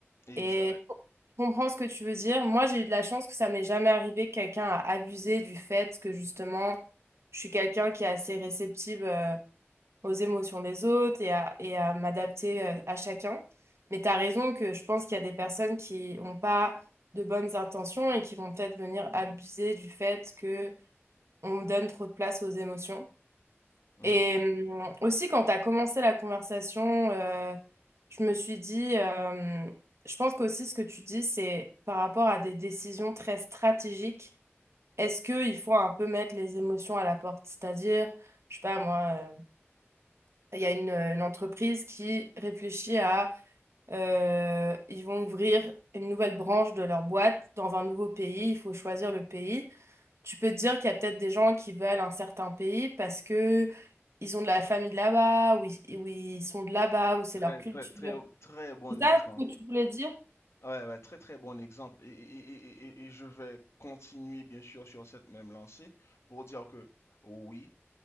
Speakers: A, on the left (about 75°); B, on the right (about 75°).
A: exact.
B: Et je comprends ce que tu veux dire. Moi, j'ai eu de la chance que ça m'est jamais arrivé que quelqu'un a abusé du fait que justement, je suis quelqu'un qui est assez réceptive euh, aux émotions des autres et à, et à m'adapter euh, à chacun. Mais tu as raison que je pense qu'il y a des personnes qui n'ont pas de bonnes intentions et qui vont peut-être venir abuser du fait que on donne trop de place aux émotions.
A: Mhm.
B: Et euh, aussi, quand tu as commencé la conversation, euh, je me suis dit, euh, je pense qu'aussi ce que tu dis, c'est par rapport à des décisions très stratégiques, est-ce qu'il faut un peu mettre les émotions à la porte? C'est-à-dire, je sais pas, moi, euh, il y a une, une entreprise qui réfléchit à, euh, ils vont ouvrir une nouvelle branche de leur boîte dans un nouveau pays, il faut choisir le pays. Tu peux te dire qu'il y a peut-être des gens qui veulent un certain pays parce que ils ont de la famille de là-bas, ou ils, ou ils sont de là-bas, ou c'est
A: Très,
B: leur culture.
A: très, très, très bon
B: C'est
A: exemple.
B: ça ce que tu voulais dire?
A: Ouais, ouais, très, très bon exemple. Et, et- et- et- et- et je vais continuer, bien sûr, sur cette même lancée pour dire que oui.